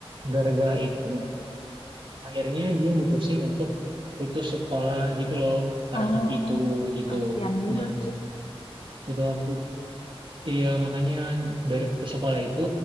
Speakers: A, on the right; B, on the left.
A: gara-gara itu akhirnya dia mutusin untuk putus sekolah gitu loh pada
B: Oh,
A: saat itu gitu
B: kasihan juga
A: nah
B: sih.
A: setelah put- iya makanya dari putus sekolah itu